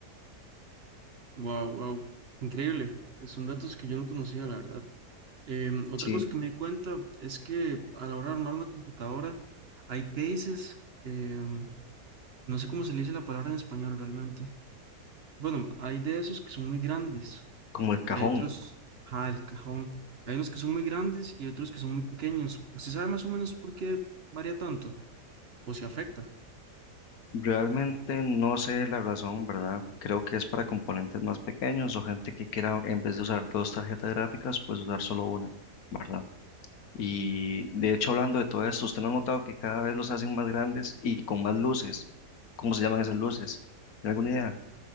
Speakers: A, on the right; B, on the left.
A: Wow, wow, increíble. Son datos que yo no conocía, la verdad. Em, otra
B: Sí,
A: cosa que me di cuenta es que a la hora de armar una computadora hay cases, em, no sé cómo se le dice la palabra en español realmente. Bueno, hay de esos que son muy grandes
B: como el cajón.
A: y hay otros, ah, el cajón. Hay unos que son muy grandes y otros que son muy pequeños. ¿Usted sabe más o menos por qué varía tanto o se afecta?
B: Realmente no sé la razón, ¿verdad? Creo que es para componentes más pequeños o gente que quiera en vez de usar dos tarjetas gráficas pues usar solo una, ¿verdad? Y de hecho hablando de todo esto, ¿usted no ha notado que cada vez los hacen más grandes y con más luces? ¿Cómo se llaman esas luces? ¿Tiene alguna idea?